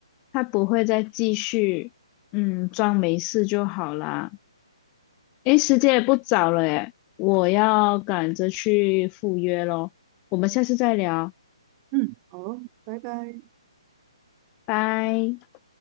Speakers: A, on the left; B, on the right.
A: 它不会再继续，嗯，装没事就好啦。诶，时间也不早了诶，我要赶着去赴约咯。我们下次再聊，
B: 嗯，好哦拜拜。
A: 拜。